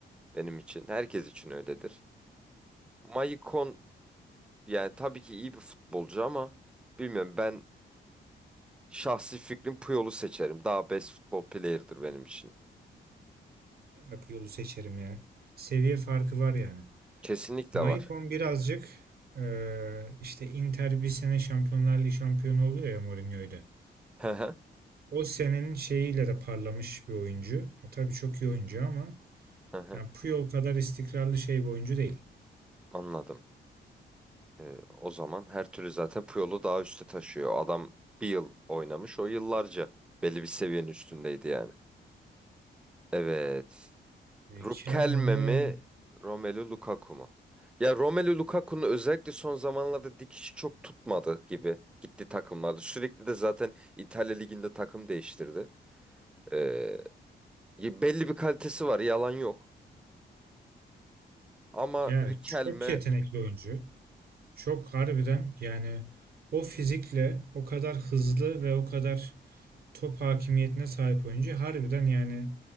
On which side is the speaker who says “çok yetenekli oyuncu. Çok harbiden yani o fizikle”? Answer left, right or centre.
Right